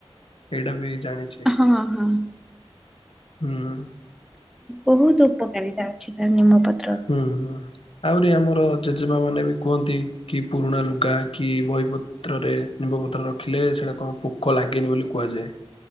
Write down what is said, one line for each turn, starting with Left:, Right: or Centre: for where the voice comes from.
Left: ଏଇଟା ବି ଜାଣିଛି।
Centre: ହଁ ହଁ।
Left: ହୁଁ।
Centre: ବହୁତ ଉପକାରିତା ଅଛି ତାର ନିମପତ୍ର।
Left: ହୁଁ ହୁଁ ଆହୁରି ଆମର ଜେଜେମା ମାନେ ବି କୁହନ୍ତି? କି ପୁରୁଣା ଲୁଗା କି ବହିପତ୍ରରେ ନିମ୍ବପତ୍ର ରଖିଲେ ସେଇଟା କଣ ପୋକ ଲାଗେନି ବୋଲି କୁହାଯାଏ।